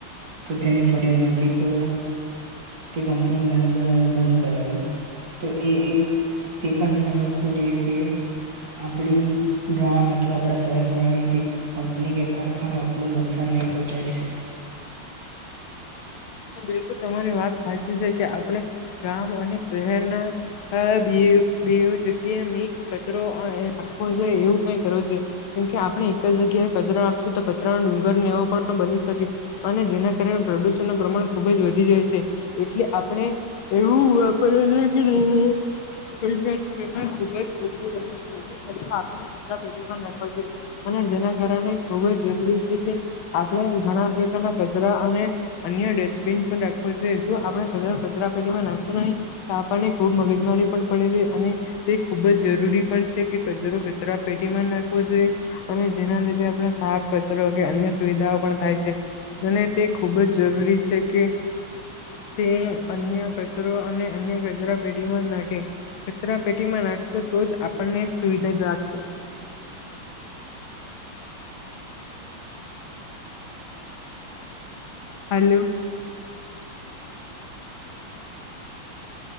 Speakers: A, on the right (about 45°); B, on the left (about 80°).
A: તો તેની ફરિયાદ આપી તો તે કંપની ગામજનોએ બંધ કરાવી તો એ એક તે પણ ધ્યાન રાખવું જોઈએ કે આપડી ગામ અથવા આપણા શહેરને કે કંપની કે કારખાનું આપડુ નુકસાન નહી પહોંચાડી શ
B: બિલકુલ, તમારી વાત સાચી છે કે આપણે ગામ અને શહેરના અ બેવ બેવ જગ્યાએ મિક્સ કચરો અ એ રાખવો જોઈએ. એવું કઈ કરવું જોઈએ. કેમ કે, આપણે એક જ જગ્યાએ કચરા નાખશું તો કચરાનો ડુંગરને એવો પણ બની શકે. અને જેના કારણે પ્રદૂષણ પ્રમાણ ખુબ જ વધી જાય છે એટલે આપણે એવું વાપરવા જોઈકે કે <unintelligible> <unintelligible> ખુબ જ ઓછું રહે છે <unintelligible> અને જેના કારણે ખુબ જ જરૂરી છે કે આપણે ઘણા પ્રકારના કચરા અને અન્ય ડસ્ટબિન પણ રાખવો જોઇએ. જો આપણેે કચરો કચરા પેટીમાં નાખશું નહી તો આપણને ખુબ મગજમારી પણ પડે છે અને તે ખૂબ જ જરૂરી પણ છે કે કચરો કચરાપેટીમાં નાખવો જોઈએ અને જેના લીધે આપણે સાફ કચરો કે અન્ય સુવિધાઓ પણ થાય છે અને તે ખૂબ જ જરૂરી છે કે તે અન્ય કચરો અને અન્ય કચરા પેટીમાં જ નાખે. કચરા પેટીમાં નાખશો તો જ આપણને સુવિધા જાગશે. હલો.